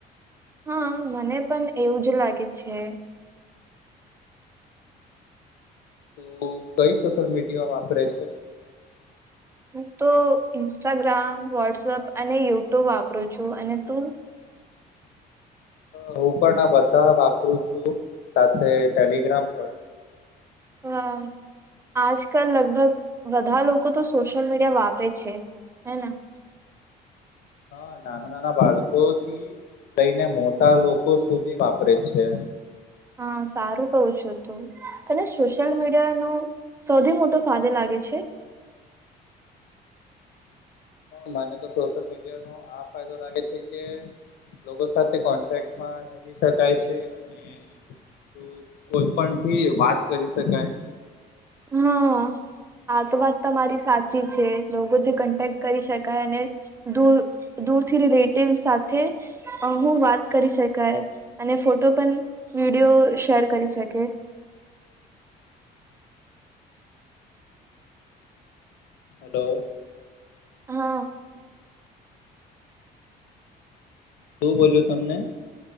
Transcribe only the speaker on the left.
તું કઈ સોશિયલ મીડિયા વાપરે છે?
હું પણ આ બધાં વાપરું છું સાથે ટેલિગ્રામ પણ.
હા નાનાં-નાનાં બાળકોથી લઈને મોટાં લોકો સુધી વાપરે છે.
મને તો સોશિયલ મીડિયાનો આ ફાયદો લાગે છે કે લોકો સાથે કોન્ટેક્ટમાં રહી શકાય છે અને તો કોઈ પણ થી વાત કરી શકાય.
હલો.
શું બોલ્યું તમને?